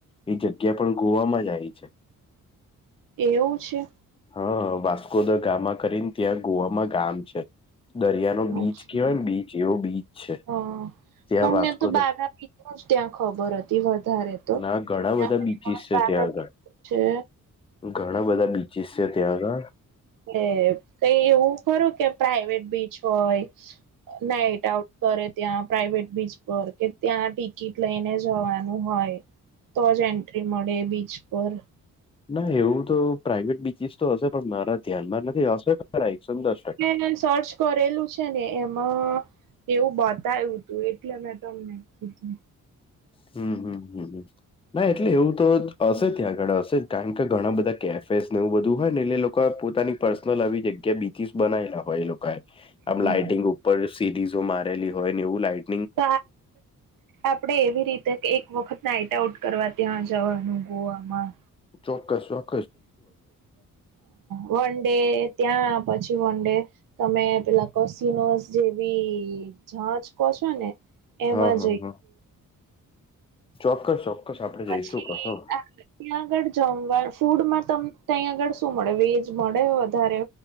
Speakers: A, on the left; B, on the right.
A: એ જગ્યા પણ ગોવામાં જ આવી છે.
B: એવું છે
A: હા વાસ્કો દ ગામાં કરીને ત્યાં ગોવામાં ગામ છે. દરિયાનો બીચ
B: અચ્છા
A: કેવાયને બીચ એવો બીચ છે.
B: હા
A: ત્યાં
B: અમને
A: વાસ્કો
B: તો બાગા
A: દ
B: બીચ નુંજ ત્યાં ખબર હતી વધારે તો
A: ના ઘણા
B: <unintelligible>
A: બધા બીચીસ છે ત્યાં આગળ
B: છે
A: ઘણા બધા બીચીસ છે ત્યાં આગળ
B: એ કઈ એવું ખરું કે પ્રાઈવેટ બીચ હોય નાઈટ આઉટ કરે ત્યાં પ્રાાઈવેટ બીચ પર કે ત્યાં ટિકિટ લઈને જવાનું હોય તો જ એન્ટ્રી મળે બીચ પર.
A: ના એવું તો પ્રાાઈવેટ બીચિસ તો હશે પણ મારા ધ્યાનમાં નથી હશે ખરા એકસો ને દસ ટકા
B: <unintelligible> કરેલું છે ને એમાં એવું બતાયું તું એટલે મેં તમને કીધું
A: હમ્મ હમ્મ હમ્મ ના એટલે એવું તો હશે ત્યાં આગળ હશે કારણ કે ઘણા બધા કેફેસ ને એવું બધું હોય ને એટલે લોકો પોતાની પર્સનલ આવી જગ્યા બીચસ બનાયલા હોય એ લોકો આમ
B: હમ
A: લાઈઇટિંગ ઉપર સીરીઝો મારેલી હોય ને એવું લાાઈટ
B: તો આપડે એવી રીતે એક વખત નાઈટ આઉટ કરવા ત્યાં જવાનું ગોવામાં
A: ચોક્કસ છ
B: વન ડે ત્યાં પછી વન ડે તમે પેલા કોસિનો જેવી જંચ કહ છો ને એમાં
A: હા હા
B: જય
A: હા ચોક્કસ ચોક્કસ આપડે જઈશું
B: પછી
A: કશું
B: આ ત્યાં આગળ જમવા ફૂડમાં તમને ત્યાં આગળ શું મળે વેજ મળે વધારે